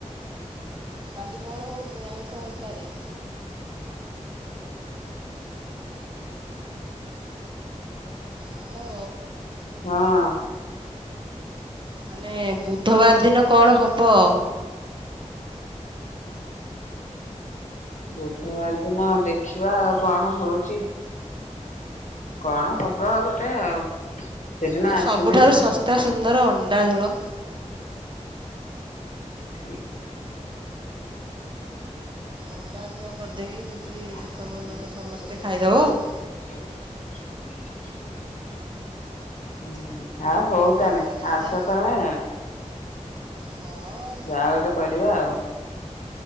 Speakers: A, on the right; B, on the left.
A: କାଲି କଣ ହୋଉଚି ଆଇଁଷ ହେଇପାରେ? ହାଲୋ।
B: ହଁ।
A: ମାନେ ବୁଧବାର ଦିନ କଣ ହବ?
B: ବୁଧବାର ଦିନ ଦେଖିବା କଣ ହଉଚି। କଣ ହବ ଗୋଟେ ଆଉ। ସେଦିନ
A: ଆ
B: ଆସିଲେ
A: ସବୁଠାରୁ ଶସ୍ତା ସୁନ୍ଦର ଅଣ୍ଡା ଝୋଳ।
B: ଠିକ୍।
A: ଅଣ୍ଡା ଝୋଳ କରିଦେଇକି ହୋଉଛି
B: କାହିଁକି
A: ତମର
B: ସେଇପଟେ
A: ନହଲେ ସମସ୍ତେ
B: ଜୟପଡା
A: ଖାଇଦେବ ଆଉ।
B: ପଳେଇବ ହୁଁ। ଆଉ ହୋଉ ତାହେନେ
A: ଆମର ଦେଖିବା
B: ଆସ ତମେ।
A: ହଁ।
B: ଯାହା ଗୋଟେ କରିବା ଆଉ।